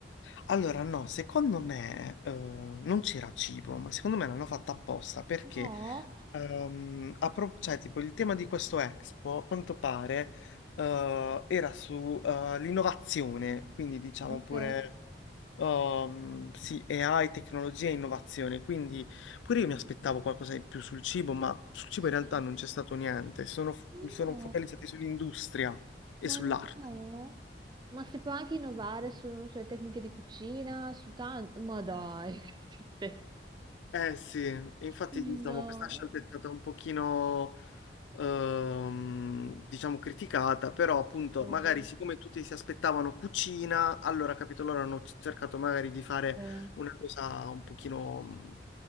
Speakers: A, on the left; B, on the right.
A: allora, no, secondo me eh, non c'era cibo, ma secondo me l'hanno fatta apposta perché,
B: No,
A: ehm, a pro- cioè, tipo, il tema di questo Expo, a quanto pare, eh, era sull'innovazione, quindi diciamo
B: ok.
A: pure. Um, sì, AI, tecnologia e innovazione, quindi pure io mi aspettavo qualcosa di più sul cibo, ma sul
B: Sì.
A: cibo in realtà non c'è stato niente, sono,
B: Ma
A: sono
B: no,
A: focalizzati sull'industria e
B: ma
A: sull'arte.
B: no. Ma si può anche innovare su- sulle tecniche di cucina, su tanto. Ma dai, <laughs> che tristezza.
A: Eh sì, infatti
B: No.
A: diciamo questa scelta è stata un pochino, ehm, diciamo, criticata, però appunto
B: Ok.
A: magari siccome tutti si aspettavano cucina, allora capito, loro hanno cercato magari di fare
B: Eh.
A: una cosa un pochino,